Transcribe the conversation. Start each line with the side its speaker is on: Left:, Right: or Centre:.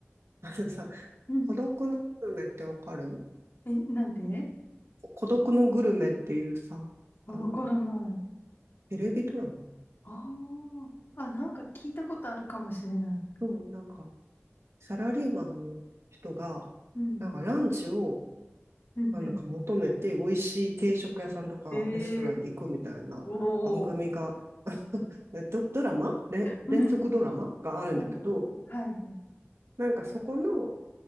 Right: <laughs> あのさ、
Left: うん。
Right: 孤独のグルメってわかる
Left: え、なんて
Right: 孤独のグルメっていうさ、
Left: わからない。
Right: あの、テレビドラマ
Left: ああ、あ、なんか聞いたことあるかもしれない。
Right: そう、なんか、サラリーマンの人が、
Left: うん。
Right: なんかランチを、
Left: うんうん。
Right: あなんか求めて、美味しい定食屋さんとかレストランに行くみたいな番組が、
Left: えー、おー。
Right: えド、ドラマれ連続ドラマがあるんだけど、
Left: うんうんほうほうほうはいはい。
Right: なんかそこの、